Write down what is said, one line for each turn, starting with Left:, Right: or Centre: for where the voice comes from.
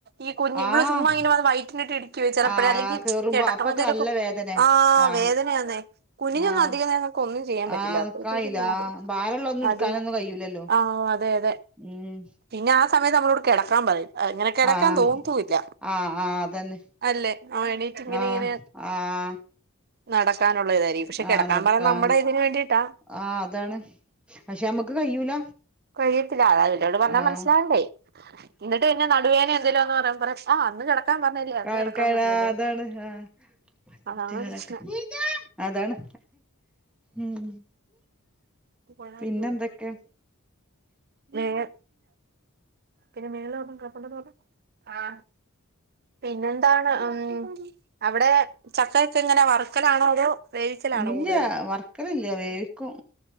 Right: ഈ കുഞ്ഞി ഇവള്
Centre: ആഹ്
Right: ചുമ്മാ ഇങ്ങനെ വയ് വയ്റ്റിനിട്ട് ഇടി ചെലപ്പഴെ
Centre: ആഹ്
Right: അല്ലെങ്കി
Centre: കേറുമ്പോ
Right: കെടക്കുമ്പന്തെലൊക്കെ
Centre: അപ്പൊക്കെ നല്ല വേദനെ
Right: ആ
Centre: ആഹ്
Right: വേദനയാന്നെ. കുഞ്ഞിനൊന്നും
Centre: ആഹ്
Right: അധികന്നേരങ്ങ് ഒന്നും ചെയ്യാപറ്റില്ല.
Centre: ആഹ്
Right: അപേതേച്ച്
Centre: നിക്കായില്ല
Right: നടു
Centre: ആഹ് ഭാരള്ളൊന്നും ഇട്ക്കാനൊന്നും
Right: അത്
Centre: കയ്യൂലല്ലോ
Right: ആഹ് അതെ. അതെ.
Centre: ഉം.
Right: പിന്നെ ആ സമയത്ത് അമ്മളോട് കെടക്കാൻ പറയും. എ ഇങ്ങനെ കെടക്കാൻ
Centre: ആഹ്
Right: തോന്നത്തൂല്ല.
Centre: ആഹ് ആഹ് അതന്നെ
Right: അല്ലെ. ആ എണീറ്റ് ഇങ്ങനെങ്ങനെ
Centre: ആഹ് ആഹ്
Right: നടക്കാനുള്ളതായി. ടി ക്ഷെ
Centre: ആഹ്
Right: കെടക്കാപറയുന്നത്
Centre: നടക്കാ
Right: നമ്മടെ ഇതിന് വേണ്ടീട്ടാ.
Centre: ആഹ് അതാണ് പക്ഷെ നമ്മക്ക് കയ്യൂല
Right: കയ്യത്തില്ല ആളാ ടെ പറഞ്ഞാ
Centre: ആഹ്
Right: മനസ്സിലാവണ്ടെ. ഇന്നട്ട് പിന്നെ നടുവേദന എന്തേല്വ ന്ന് പറയുമ്പ പറിം. ആ അന്ന് കെടക്കാൻ പറഞ്ഞില്ലേ. അന്ന്
Centre: അൻക്കാണാ
Right: കിടക്കാൻ പറഞ്ഞില്ലേ
Centre: അതാണ് ആഹ്.
Right: അതാണ്
Centre: ഒറ്റകാലാട്ട്
Right: പ്രശ്
Centre: അതാണ് ഉം.
Right: കൊ <unintelligible>
Centre: പിന്നെന്തൊക്കെ
Right: യോ ഏഹ് പിന്നെ മേള്ലൊന്ന് കടപ്പുണ്ടെന്ന് പറഞ്ഞു ആഹ് പിന്നെന്താണ് അം. അവ്ടെ ചക്കക്കൊങ്ങനെ വറുക്കലാണോ അതോ? വേവിക്കലാണോ
Centre: ഇല്ല്യ.
Right: കൂടുതലും
Centre: വറ്ക്കലില്ല വേവിക്കും.